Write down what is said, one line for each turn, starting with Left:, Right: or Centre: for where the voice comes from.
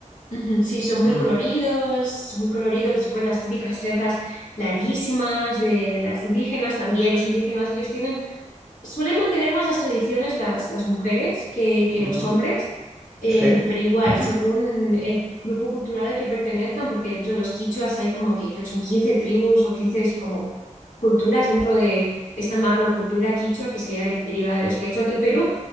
Left: ujú, Sí, son muy
Centre: Mm,
Left: coloridos, son muy coloridos. Después las típicas trenzas larguísimas de, de las indígenas, también los indígenas, ellos tienen, suelen mantener más las tradiciones las, las mujeres que, que
Centre: ujú.
Left: los hombres, eh,
Centre: Sí,
Left: pero igual,
Centre: <coughs>
Left: según el grupo cultural al que pertenezcan, porque dentro de los quichuas hay como que creo que son 15 tribus o 15 es como culturas dentro de, de esta macrocultura quichua que sería de- derivada de los quechuas del Perú.